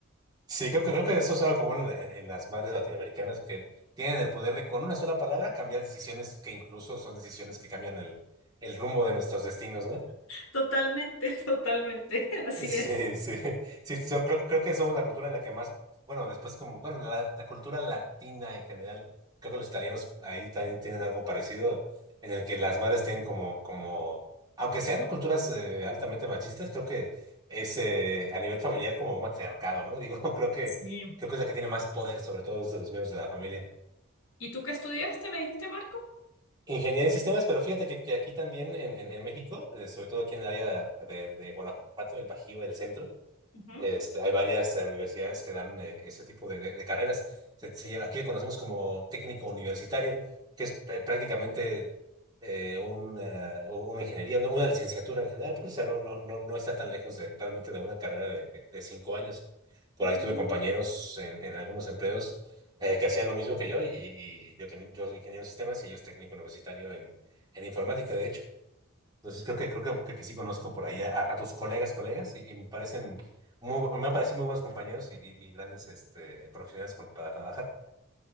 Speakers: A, on the right (about 20°); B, on the left (about 65°).
A: Sí, creo que, creo que eso es algo común en, la- en- en las madres latinoamericanas que tienen el poder de con una sola palabra cambiar decisiones que incluso son decisiones que cambian el, el rumbo de nuestros destinos, ¿no?
B: Totalmente, <laughs> totalmente, así
A: Sí,
B: es.
A: sí, <laughs> sí, son- creo, creo que somos la cultura en la que más, bueno, después como, bueno, la, la cultura latina en general, creo que los italianos ahí también tienen algo parecido, en el que las madres tienen como, como, aunque sean culturas eh, altamente machistas, creo que es eh, a nivel familiar como un matriarcado, ¿no? Digo, <laughs> creo que,
B: Sí.
A: creo que es la que tiene más poder, sobre todo de los miembros de la familia.
B: ¿Y tú qué estudiaste, me dijiste, Marco?
A: Ingeniería en sistemas, pero fíjate que, que aquí también en, en, en México, eh, sobre todo aquí en el área de, de Guanajuato, el Bajío, el centro,
B: Ujú.
A: Este, hay varias eh, universidades que dan eh, ese tipo de, de- de carreras. Se- se aquí lo conocemos como técnico universitario, que es pr- prácticamente eh, una, una ingeniería, una, una licenciatura en general, pero o sea, no, no, no, no está tan lejos de, realmente de una carrera de, de- de cinco años. Por
B: Mm,
A: ahí tuve compañeros en, en algunos empleos eh, que hacían lo mismo que yo, y, y yo tenía yo soy ingeniero en sistemas y yo es técnico universitario en, en informática, de hecho. Entonces creo que creo que, creo que sí conozco por ahí a, a tus colegas, colegas, y, y me parecen muy, bu- me parecen muy buenos compañeros y, y- y grandes este, profesionales con- para trabajar.